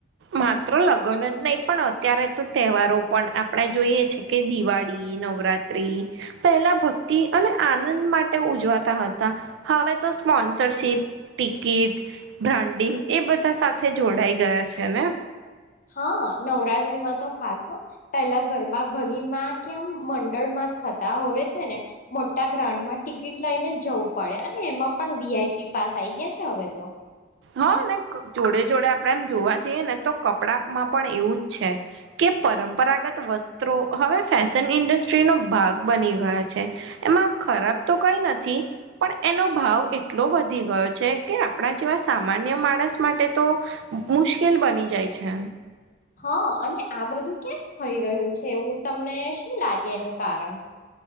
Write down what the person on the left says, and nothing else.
હા નવરાત્રીમાં તો ખાસ પેલા ગરબા ગલીમાં કે આમ મંડળમાં થતા હો છે ને મોટા ગ્રાઉન્ડમાં ટિકિટ લઈને જવું પડે અને એમાં પણ વીઆઈપી પાસ આઈ ગયા છે હવે તો.
હા અને આ બધું કેમ થઈ રહ્યું છે એવું તમને શું લાગે એનું કારણ